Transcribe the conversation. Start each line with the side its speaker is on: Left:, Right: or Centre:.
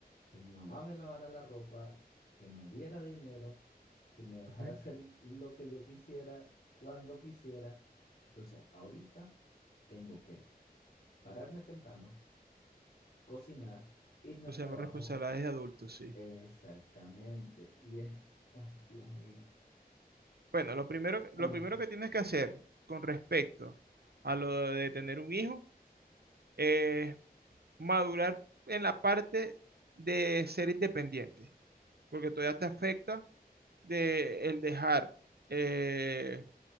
Left: que mi mamá me lavara la ropa, que me diera dinero, que me dejara
Right: ¿ok?
Left: <laughs> hacer lo que yo quisiera, cuando quisiera. Entonces, ahorita tengo que pararme temprano, cocinar, irme al
Right: O sea,
Left: trabajo,
Right: más responsabilidades de adultos, sí.
Left: Exactamente. Y es, ay, Dios mío,
Right: Bueno,
Left: es
Right: lo primero, que-
Left: tanto.
Right: lo primero que tienes que hacer con respecto a lo de tener un hijo es madurar en la parte de ser independiente, porque todavía te afecta de el dejar, eh,